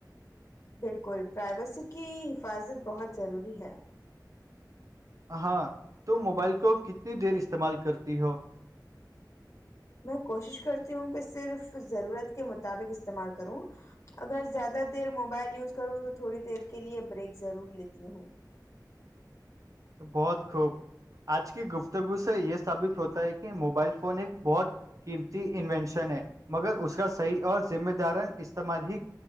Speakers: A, on the left; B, on the right.
A: بالکل پرائیویسی کی حفاظت بہت ضروری ہے
B: ہاں تم موبائل کو کتنی دیر استعمال کرتی ہو غوو <unintelligible>
A: میں کوشش کرتی ہوں کہ صرف ضرورت کے مطابق استعمال کروں اگر زیادہ دیر موبائل یوز کروں تو تھوڑی دیر کے لیے بریک ضرور لیتی ہوں
B: بہت خوب آج کی گفتگو سے یہ ثابت ہوتا ہے کہ موبائل فون ایک بہت قیمتی انوینشن ہے مگر اس کا صحیح اور ذمہ دار اس سمجی